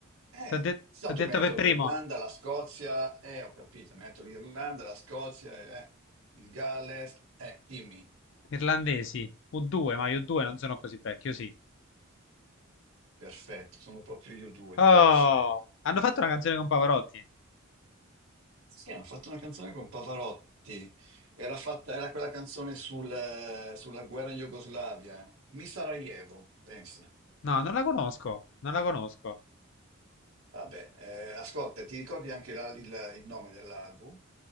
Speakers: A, on the right; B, on the left.
A: Eh,
B: T'ho de-
A: no,
B: ho
A: tu
B: detto
A: metto
B: per
A: l'Irlanda,
B: primo
A: la Scozia, eh, ho capito, metto l'Irlanda, la Scozia, eh, il Galles, eh, dimmi.
B: irlandesi. U2, ma io U2 non sono così vecchio, sì.
A: Perfetto, sono proprio io due
B: Oh,
A: invece.
B: hanno fatto una canzone con Pavarotti?
A: Sì, hanno fatto una canzone con Pavarotti. Era fatta, era quella canzone sul, eh, sulla guerra in Jugoslavia. Mi Sarajevo, pensa.
B: No, non
A: Mm?
B: la conosco, non la conosco.
A: Vabbè, eh, ascolta, ti ricordi anche la- il, il nome dell'album?